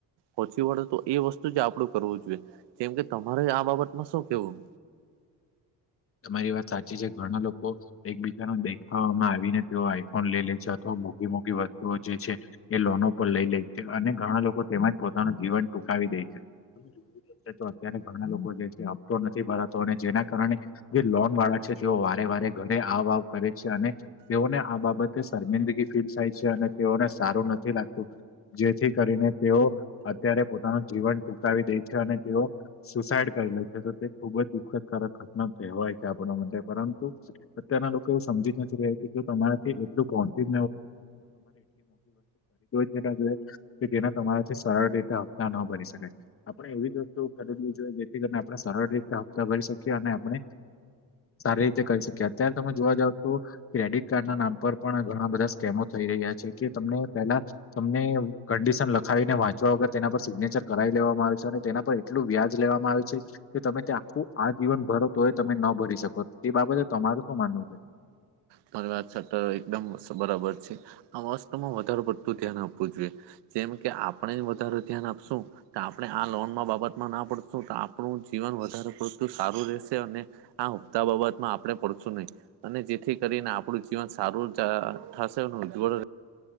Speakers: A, on the right; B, on the left.
A: પહોંચી વડે તો એ વસ્તુ જ આપડું કરવું જોઈએ, જેમ કે તમારે આ બાબતમાં શું કેવું?
B: તમારી વાત સાચી છે, ઘણા લોકો એક-બીજાને દેખાવામાં આવીને તેઓ આઈ ફોન લઈ લે છે અથવા મોઘી-મોઘી વસ્તુઓ જે છે. એ લોનો પર લઈ લે છે અને ઘણા લોકો તેમજ પોતાનું જીવન ટૂંકાવી દે છે. <inaudible> તો અત્યારે ઘણા લોકો જે છે હપતો નથી ભરાતો અને જેના કારણે જે લોન વાળા છે તેઓ વારે-વારે ઘરે આવ-આવ કરે છે અને તેઓને આ બાબતે શર્મિંદગી ફીલ થાય છે અને તેઓને સારું નથી લાગતું. જેથી કરીને તેઓ અત્યારે પોતાનું જીવન ટૂંકાવી દે છે અને તેઓ સુસાઈડ કરી લે છે તો તે ખુબ જ દુઃખ કારક ઘટના કેવાય છે, આપણા માટે પરંતુ અત્યારના લોકો એવું સમજી નથી રહ્યા કે જો તમારાથી એટલુ <inaudible> તો ખરીદવુ જ‌ ના જોઈએ કે જેના તમારાથી સરળ રીતે હપ્તા ન ભરી શકાય. આપણે એવી જ વસ્તુ ખરીદવી જોઈએ, જેથી કરીને આપણે સરળ રીતે હપ્તા ભરી શકીએ અને આપણે સારી રીતે કરી શકીએ. અત્યારે તમે જોવા જાવ તો ક્રેડિટ કાર્ડના નામ પર પણ ઘણા બધા સ્કેમો થઈ રહ્યા છે કે તમને પેલા તમને કંડિશન લખાવીને વાંચવા વગર તેના પર સિગ્નેચર કરાવી લેવામાં આવે છે અને તેના પર એટલું વ્યાજ લેવામાં આવે છે કે તમે તે આખું આ જીવન ભરો. તો એ તમે ન ભરી શકો એ બાબતે તમારું શું માનવું છે?
A: સાચી વાત એકદમ બરાબર છે આ વસ્તુમાં વધારે પડતું ધ્યાન આપવું જોઈએ. જેમ કે આપણે વધારે ધ્યાન આપશું તો આપણે આ લોનમાં બાબતમાં ના પડશું તો આપણું જીવન વધારે પડતું સારું રહેશે અને હા, હપ્તા બાબતમાં આપણે પડશું નહી અને જે જેથી કરીને આપણું જીવન સારું થશે ઉજ્જવળ